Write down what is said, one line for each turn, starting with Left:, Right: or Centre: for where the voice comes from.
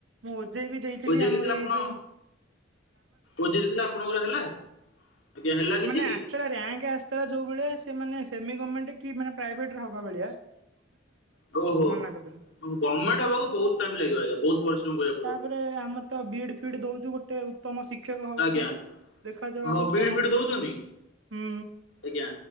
Right: ମୁଁ ଓଜେଇ ବି ଦେଇଥିଲି,
Left: ଓଜେଇ
Right: ଆମର
Left: ଦେଇଥିଲେ ଆପଣ
Right: ଏ ଯଉ
Left: ଓଜେଇ ଦେଇଥିଲେ, ଆପଣଙ୍କର ହେଲା। ଆଜ୍ଞା
Right: <inaudible>
Left: ହେଲା କିଛି
Right: ଯଉ ଭଳିଆ, ସେମାନ ସେମି ଗମେଣ୍ଟେ କି ପ୍ରାଇଭେଟ୍ ରେ ଭବା ଭଳିଆ
Left: ଓ---ଗମେଣ୍ଟ୍
Right: ମନା କରିଦେଲେ
Left: ହବାକୁ ବହୁତ୍ ଟାଇମ୍ ଲାଗିବ ଆଜ୍ଞା, ବହୁତ୍ ପରିଶ୍ରମ କରିବାକୁ ପଡ଼ିବ।
Right: ତାପରେ ଆମେ ତ ବିଇଡ଼ି ଫିଡ଼ି ଦଉଚୁ ଗୋଟେ ଶିକ୍ଷକ ହବାକୁ,
Left: ଆଜ୍ଞା
Right: ଦେଖାଯାଉ
Left: ହଁ
Right: ଆଗକୁ
Left: ବିଡ୍
Right: କ'ଣ
Left: ଫିଡ୍
Right: ହଉଚି।
Left: ଦଉଛନ୍ତି
Right: ହୁଁ
Left: ଆଜ୍ଞା,